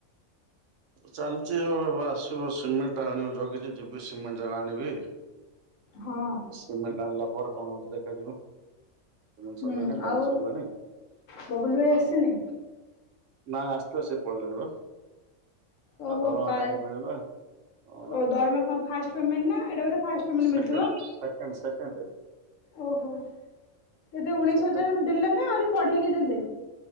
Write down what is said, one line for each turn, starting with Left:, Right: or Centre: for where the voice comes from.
Right: ଚାଲିଛି ଆଉ ଏବେ ଆସିବ ସିମେଣ୍ଟ ଟା ଆଣିବ ଜଗିଛି ଯିବି ସିମେଣ୍ଟ ଟା ଆଣିବି।
Left: ଆଉ ହଁ।
Right: ସିମେଣ୍ଟ ଆାଣିଲା ପରେ କଣ ହଉଚି ଦେଖାଯିବ। ସିମେଣ୍ଟ
Left: ହୁଁ
Right: ସରିଲାଣି ବାଲି
Left: ଆଉ
Right: ସରିଲାଣି।
Left: ବବୁଲ ଭାଇ ଆସିନି?
Right: ନାଁ ଆସିଥିଲା ସେ ପଳେଇିଲାଣି ବା। ତା
Left: ଓହୋ
Right: ଦରମା
Left: କା
Right: କାଲି ମିଳିଲା ଅ
Left: ଓ ଦରମା କଣ ଫାଷ୍ଟ ପେମେଣ୍ଟ ନା ଏଟା ବୋଧେ ଫାଷ୍ଟ ପେମେଣ୍ଟ
Right: Second
Left: ମିଳିଥିବ?
Right: second second.
Left: ଓହୋ କେତେ ଉଣେଇଶ
Right: ସେକେଣ୍ଡ
Left: ହଜାର ଦେଲେ ନା ଆହୁରି ଵଢେଇକି ଦେଲେ।